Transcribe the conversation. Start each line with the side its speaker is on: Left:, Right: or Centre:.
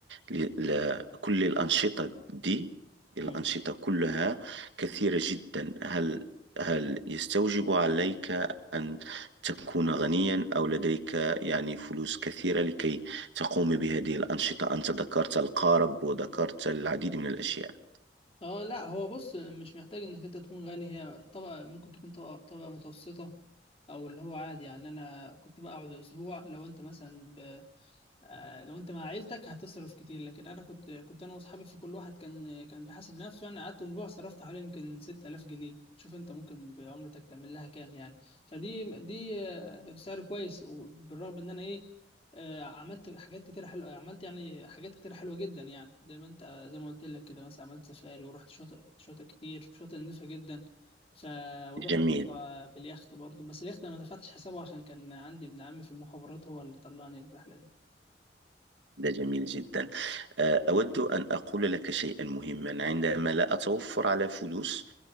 Right: ال ال- كل الأنشطة دي
Left: امم
Right: الأنشطة كلها كثيرة جدا هل هل يستوجب عليك أن تكون غنيا أو لديك يعني فلوس كثيرة لكي تقوم بهذه الأنشطة أنت ذكرت القارب وذكرت العديد من الأشياء
Left: اه لا هو بص مش محتاج انك انت تكون غني هي طبقه ممكن تكون طبقه طبقه متوسطه او اللي هو عادي يعني انا كنت بقعد اسبوع لو انت مثلا آه، لو انت مع عيلتك هتصرف كتير لكن انا كنت كنت انا واصحابي فكل واحد كان كان بيحاسب نفسه يعني قعدت اسبوع صرفت حوالي يمكن 6000 جنيه شوف انت ممكن بعمرتك تعمل لها كام يعني فدي دي آه، سعر كويس وبالرغم ان انا ايه آه، عملت حاجات كتير حلوه عملت يعني حاجات كتير حلوه جدا يعني زي ما انت زي ما قلت لك كده مثلا عملت سفاري ورحت شاطئ شاطئ كتير شاطئ نظيفه جدا ف ورحت
Right: جميل
Left: برضه باليخت برضه بس اليخت أنا ما دفعتش حسابه عشان كان عندي ابن عمي في المخابرات هو اللي طلعني الرحله دي
Right: ده جميل جدا أه، أود أن أقول لك شيئا مهما عندما لا أتوفر على فلوس